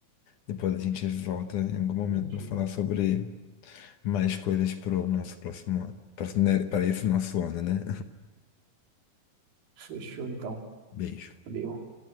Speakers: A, on the left; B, on the right.
A: depois a gente volta em algum momento
B: Entendi.
A: para falar sobre mais coisas para o nosso próximo ano. Para esse nosso ano, né?
B: Fechou então.
A: <laughs> Beijo.
B: Valeu.